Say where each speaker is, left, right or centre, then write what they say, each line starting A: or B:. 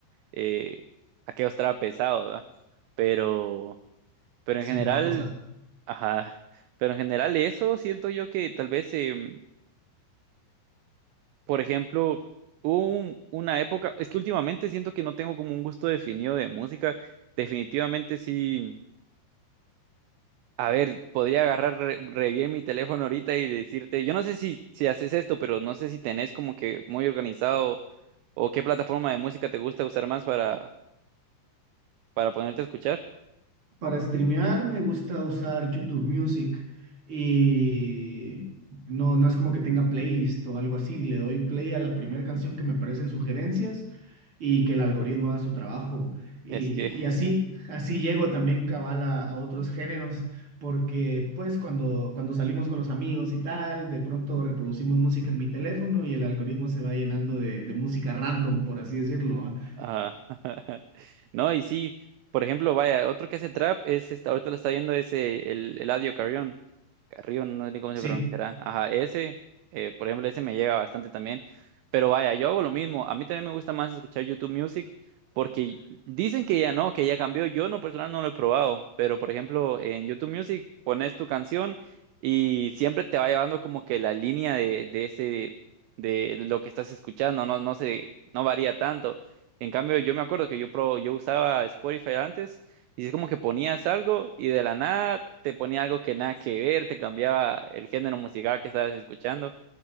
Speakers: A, on the right; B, on the right.
A: eh, aquello estaba pesado, ¿verdad? Pero, pero
B: Sí,
A: en general,
B: bajo, o sea,
A: ajá, pero en general eso siento yo que tal vez, em, por ejemplo, hubo un- una época, es que últimamente siento que no tengo como un gusto definido de música, definitivamente sí, a ver, podría agarrar re, re bien mi teléfono ahorita y decirte, yo no sé si, si haces esto, pero no sé si tenés como que muy organizado o qué plataforma de música te gusta usar más para, para ponerte a escuchar.
B: Para streamear me gusta usar YouTube Music y no, no es como que tenga playlist o algo así. Le doy play a la primera canción que me aparecen sugerencias y que el algoritmo haga su trabajo. Y,
A: Es que
B: y así, así llego también cabal a, a otros géneros porque pues cuando, cuando salimos con los amigos y tal, de pronto reproducimos música en mi teléfono y el algoritmo se va llenando de, de música random, por así decirlo, ¿va?
A: Ajá. <laughs> No, y sí, por ejemplo, vaya, otro que hace trap es, esta- ahorita lo está viendo, es eh, el Eladio Carrión. Carrillo, no sé cómo
B: Sí,
A: se pronunciará. Ajá, ese, eh, por ejemplo, ese me llega bastante también. Pero vaya, yo hago lo mismo. A mí también me gusta más escuchar YouTube Music porque dicen que ya no, que ya cambió. Yo no personal no lo he probado, pero por ejemplo, en YouTube Music pones tu canción y siempre te va llevando como que la línea de, de ese, de lo que estás escuchando. No, no sé, no varía tanto. En cambio, yo me acuerdo que yo, pro, yo usaba Spotify antes y es como que ponías algo y de la nada te ponía algo que nada que ver, te cambiaba el género musical que estabas escuchando